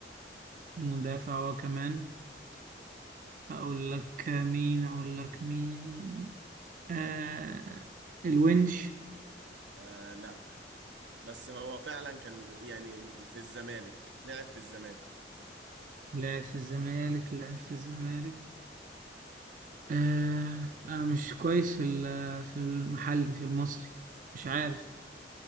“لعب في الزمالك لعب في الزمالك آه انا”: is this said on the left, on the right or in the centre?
Right